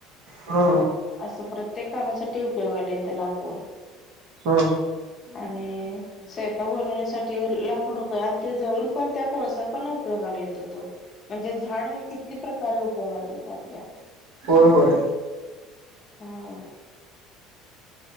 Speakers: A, on the right (about 60°); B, on the left (about 25°).
A: हा
B: अस प्रत्येक कामासाठी किती उपयोगाला येतं लाकूड
A: हा
B: आणि सेफ <inaudible> साठी लाखो रुपये आणि ते जळून पण त्या कोळसा पण उपयोगाला येतो तो, म्हणजे झाड हे कितली प्रकारे उपयोगात येत आपल्या.
A: होय होय
B: हू